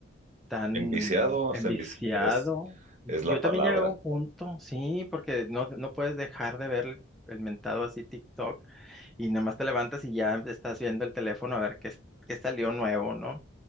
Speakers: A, in the centre; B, on the right.
A: tan
B: Enviciado, o
A: enviciado.
B: sea, envici- es,
A: Yo
B: es la palabra.
A: también llegué a un punto, sí, porque no, no puedes dejar de ver el el mentado así TikTok y nada más te levantas y ya estás viendo el teléfono a ver qué, es- qué salió nuevo, ¿no?